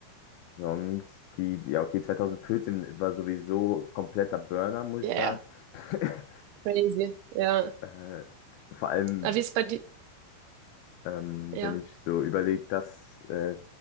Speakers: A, on the left; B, on the right.
A: Sonst die, ja, okay, 2014 war sowieso kompletter Burner, muss
B: ja,
A: ich sagen.
B: ja,
A: <laughs>
B: crazy. Ja.
A: Äh, vor allem,
B: Aber wie ist bei dir?
A: ähm,
B: Ja,
A: wenn ich so überlege, dass äh,